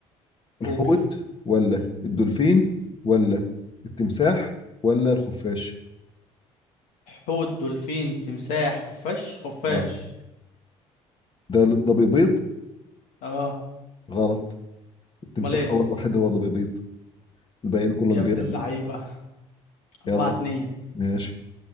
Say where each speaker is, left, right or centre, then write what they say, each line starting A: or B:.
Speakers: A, on the left; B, on the left.
A: قول
B: الحوت ولا الدولفين ولا التمساح ولا الخفاش
A: حوت دولفين تمساح خفاش خفاش
B: اه ده ده بيبيض
A: اه
B: غلط التمساح
A: امال ايه
B: هو الوحيد هو اللي بيبيض الباقيين كلهم
A: يا
B: بينادوا
A: ابن اللعيبة أربعة
B: يلا
A: اتنين
B: ماشي